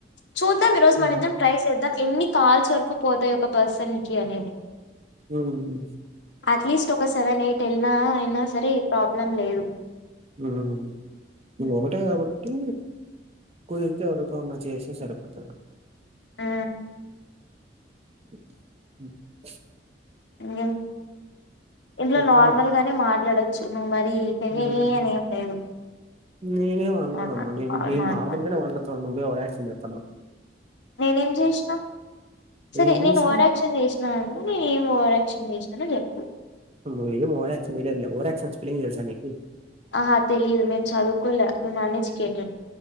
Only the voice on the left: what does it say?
చూద్దాం ఈరోజు మన
ఇద్దరం ట్రై చేద్దాం ఎన్ని కాల్స్ వరకు పోతయి ఒక పర్సన్ కి అనేది
అట్లీస్ట్ ఒక సెవెన్ ఎయిట్ వెళ్ళినా అయినా సరే ప్రాబ్లం లేదు
ఆ
ఇంకే ఇంట్లో
నార్మల్ గానే మాట్లాడచ్ చ్చు నువ్ మ ఈ పెహిహీ
అని ఏం లేదు
నార్మల్
బాగా
మాట్లాడు
నేనేం చేసినా సరే
నేను
ఓవర్ యాక్షన్ చేసినా అనుకో నేను ఏమి ఓవర్యాక్షన్ చేసినానో చెప్పు
ఆహా తెలీదు మేము చదువుకోలే మేము అన్ఎడ్యుకేటెడ్